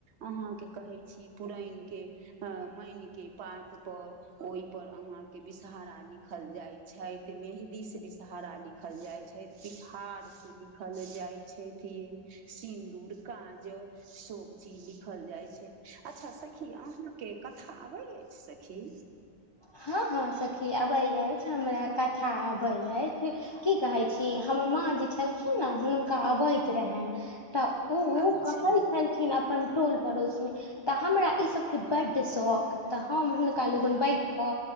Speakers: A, on the right; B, on the left.
A: अहाँके कहैय छी पुरैनके अं मैन के पात पर ओय पर अहाॅंके विषहारा लिखल जाय छैथ मेहदी से विषहारा लिख खल जाय छै पिठार से लिखल जाय छैथ यै सिन्दूर काजअ सब चीज लिखल जाइ छैय अच्छा सखी अहाँ कि कथा आबै अछि सखी
B: हँ हँ सखी आबै अछि हमरा कथा आबै अछि कि कहैय छी हमर माँ जे छलखिन न हुनका अबैत रहेन त उ
A: अच्छा
B: कहै छल खिन अपन टोल पड़ोसमे त हमरा इ सभके बड्ड सख त हम हुनका लगन बैठ क